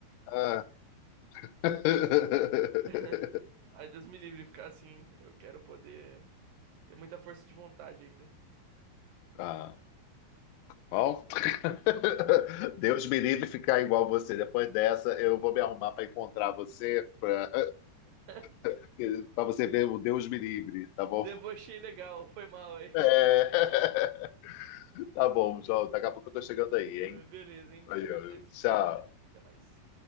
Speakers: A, on the left; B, on the right.
A: Ah. <laughs>
B: <laughs> Ai, Deus me livre de ficar assim. Eu quero poder ter muita força de vontade ainda.
A: Ah, bom, <laughs> Deus me livre ficar igual você. Depois dessa, eu vou me arrumar para encontrar você, para
B: <laughs>
A: <laughs> você ver o Deus me livre, tá bom?
B: Debochei legal, foi mal aí. <laughs>
A: É. <laughs> Tá bom, João, daqui a pouco eu tô chegando aí,
B: Ai,
A: hein?
B: Beleza, hein?
A: Valeu,
B: Mas
A: tchau.
B: fala. Até mais.